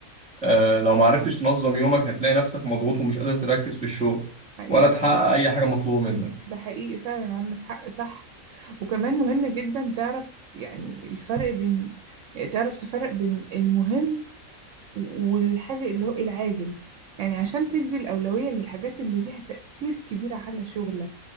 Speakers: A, in the centre; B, on the right.
A: آه، لو ما عرفتش تنظم يومك هتلاقي نفسك مضغوط ومش قادر تركز في الشغل
B: حقيقي
A: ولا تحقق اي حاجه مطلوبه منك
B: ده حقيقي فعلا عندك حق صح وكمان مهم جدا تعرف يعني الفرق بين يعني تعرف تفرق بين المهم والحاجة اللي هو إيه العاجل يعني عشان تدي الأولوية للحاجات اللي ليها تأثير كبير على شغلك